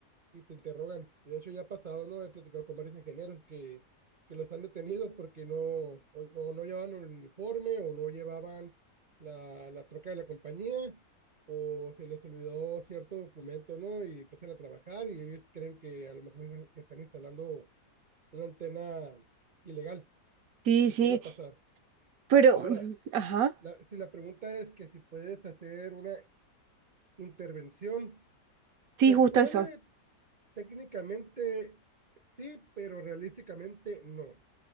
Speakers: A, on the right; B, on the right.
A: y te interrogan. Y de hecho ya ha pasado, ¿no? He platicado con varios ingenieros que, que los han detenido porque no, o- o no llevaban un uniforme o no llevaban la, la troca de la compañía o se les olvidó cierto documento, ¿no? Y empiezan a trabajar y ellos creen que a lo mejor es- están instalando una antena ilegal
B: Sí,
A: y
B: sí.
A: suele pasar.
B: Pero,
A: Ahora,
B: mm, ajá.
A: la- si la pregunta es que si puedes hacer una Intervención.
B: Sí,
A: Se
B: justo
A: puede
B: eso.
A: técnicamente sí, pero realísticamente no,